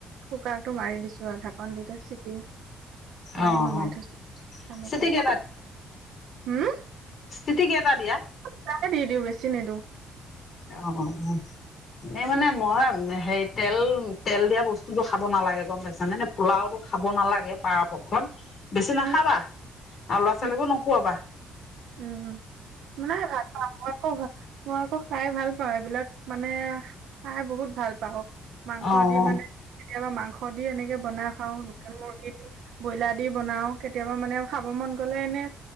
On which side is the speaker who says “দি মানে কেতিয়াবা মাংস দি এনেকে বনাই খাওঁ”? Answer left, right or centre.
Right